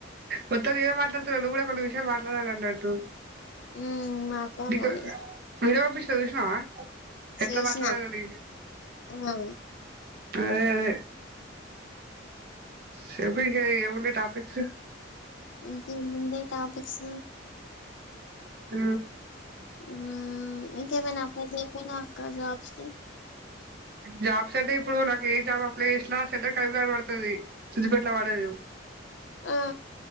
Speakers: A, on the right; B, on the left.
A: మొత్తం నేనే మాట్లాడుతున్న నువ్వు కూడా కొన్ని విషయాలు మాట్లాడాలి అన్నట్టు
B: ఉమ్ మాట్లాడాలి
A: దిశవా వీరా పుష్ప చూసినవా ఎట్లా
B: చూసిన
A: మాట్లాడాలి అని
B: ఆ
A: అదే అదే చెప్పు ఇంకా ఏమి ఉన్నాయి టాపిక్స్
B: ఇంకే ఉన్నాయి టాపిక్స్
A: ఆ
B: ఆ ఇంకేమైనా అప్లై చేపిన అక్క జాబ్స్
A: జాబ్స్ అంటే ఇప్పుడు నాకు ఏ జాబ్ అప్లైకేషన్ సెంటర్ కరీంనగర్ పడుతాది సిుద్దిిపేటలా పడదు
B: ఆ